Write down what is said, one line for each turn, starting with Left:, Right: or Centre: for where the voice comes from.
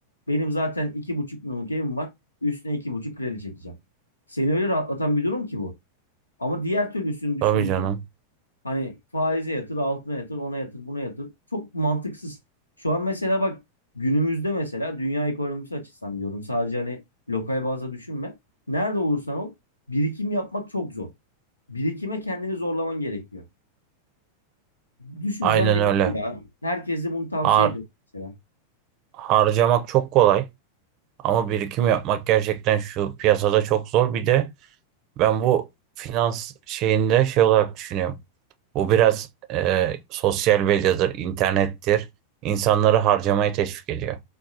Left: Benim zaten iki buçuk milyonluk evim var. Üstüne iki buçuk kredi çekeceğim. Seni öyle rahatlatan bir durum ki bu. Ama diğer türlüsünü düşününce
Right: Tabii canım.
Left: hani faize yatır, altına yatır, ona yatır, buna yatır. Çok mantıksız. Şu an mesela bak günümüzde mesela dünya ekonomisi açısından diyorum. Sadece hani lokal bazda düşünme. Nerede olursan ol birikim yapmak çok zor. Birikime kendini zorlaman gerekiyor. Düşüncem
Right: Aynen
Left: benim
Right: öyle.
Left: bu ya. Herkese bunu tavsiye
Right: Har
Left: ediyorum mesela.
Right: harcamak çok kolay ama birikim yapmak gerçekten şu piyasada çok zor. Bir de ben bu finans şeyinde şey olarak düşünüyorum. Bu biraz e, sosyal medyadır, internettir. İnsanları harcamaya teşvik ediyor.